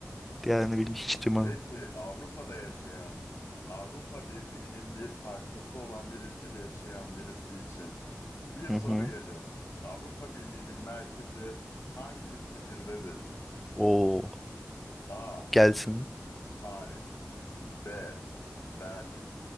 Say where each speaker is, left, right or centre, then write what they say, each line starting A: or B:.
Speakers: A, in the centre; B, on the left (about 75°).
A: Diğerlerini bilmiş hiç duymadım.
B: Peki Avrupa'da yaşayan, Avrupa Birliği'nin bir parçası olan bir ülkede yaşayan birisi için bir soru
A: Hı hı.
B: geliyor. Avrupa Birliği'nin merkezi hangi şehirdedir?
A: Oo,
B: A.
A: gelsin.
B: Paris B. Berlin